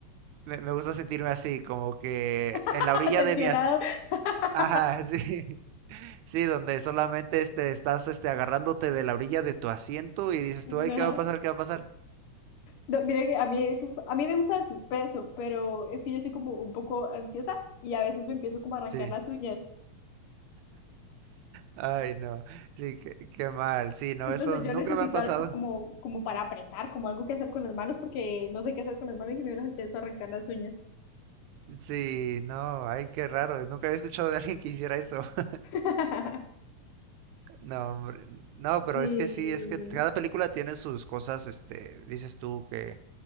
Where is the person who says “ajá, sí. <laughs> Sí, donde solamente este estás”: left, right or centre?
Right